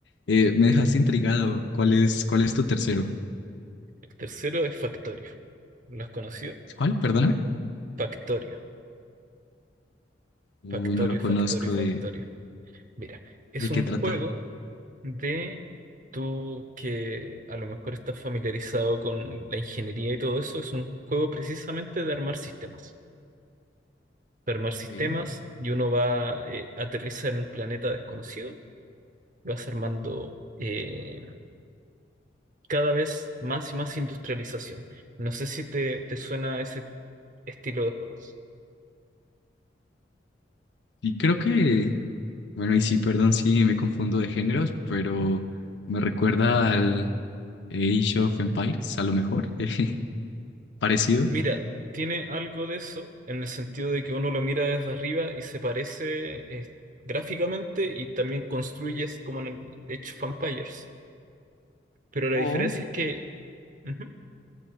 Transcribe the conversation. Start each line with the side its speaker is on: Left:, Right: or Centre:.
Left: Eh, me dejaste intrigado, ¿cuál es, cuál es tu tercero?
Right: El tercero es Factorio. ¿Lo has conocido?
Left: ¿Cuál? Perdóname.
Right: Factorio,
Left: Uy,
Right: Factorio,
Left: no lo conozco,
Right: Factorio, Factorio.
Left: ¿de,
Right: Mira, es
Left: de qué
Right: un
Left: trata?
Right: juego de tú que a lo mejor estás familiarizado con la ingeniería y todo eso, es un juego precisamente de armar sistemas. para armar
Left: Ok.
Right: sistemas y uno va, eh, aterriza en un planeta desconocido y vas armando eh, cada vez más y más industrialización. No sé si te, te suena ese estilo de juegos.
Left: Y creo que, bueno, y sí, perdón si me confundo de géneros, pero me recuerda al Age of Empires, a lo mejor, <laughs> eh, parecido.
Right: Mira, tiene algo de eso en el sentido de que uno lo mira desde arriba y se parece eh, gráficamente y también construyes como en el Age of Empires, pero la
Left: O,
Right: diferencia es que... ujú,